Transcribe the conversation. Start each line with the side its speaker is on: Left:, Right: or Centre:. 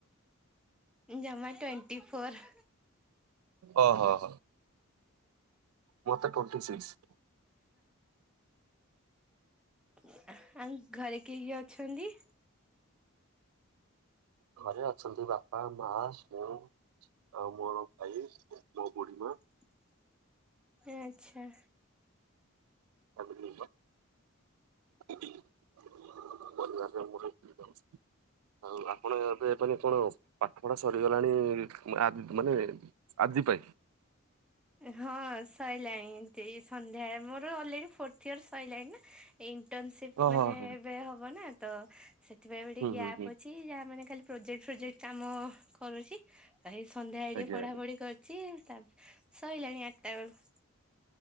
Centre: ଜମା ଟୋଣ୍ଟି ଫୋର୍।
Right: ଓ ହୋ ହୋ। ମୋତେ ଟୋଣ୍ଟି ସିକ୍ସ।
Centre: ଓଃ ଆଉ ଘରେ କିଏ କିଏ ଅଛନ୍ତି?
Right: ଘରେ ଅଛନ୍ତି ବାପା, ମା, ସ୍ନେଉ। ଆଉ ମୋର ଭାଇ ମୋ ବୁଢ଼ୀମା।
Centre: <inaudible> ଆଚ୍ଛା।
Right: <unintelligible> ଆଉ ଆପଣ ଏବେ ମାନେ କଣ ପାଠ ପଢା ସରିଗଲାଣି। ମାନେ ଆଜି ପାଇଁ?
Centre: ହଁ ସରିଲାଣି ଏମିତି ସନ୍ଧ୍ୟା ମୋର ଅଲରେଡି ଫୋର୍ଥ ଇୟର ସରିଲାଣି ନା। ଇଣ୍ଟର୍ନସିପ୍
Right: ଓ
Centre: ମାନେ
Right: ହୋ ହୋ
Centre: ଏବେ ହବ ନା ତ ସେଥିପାଇଁ ଟିକେ
Right: ହୁଁ
Centre: ଗ୍ୟାପ୍
Right: ହୁଁ ହୁଁ
Centre: ଅଛି ଯାହା ମାନେ ଖାଲି ପ୍ରୋଜେକ୍ଟ ଫୋଜେକ୍ଟ କାମ କରୁଛି। ଏଇ ସନ୍ଧ୍ୟା ଆଇ ଟିକେ
Right: ଆଜ୍ଞା
Centre: ପଢା
Right: ଆଜ୍ଞା
Centre: ପଢି କରୁଛି ତା ସରିଲାଣି ଆଠଟା ବେଳୁ।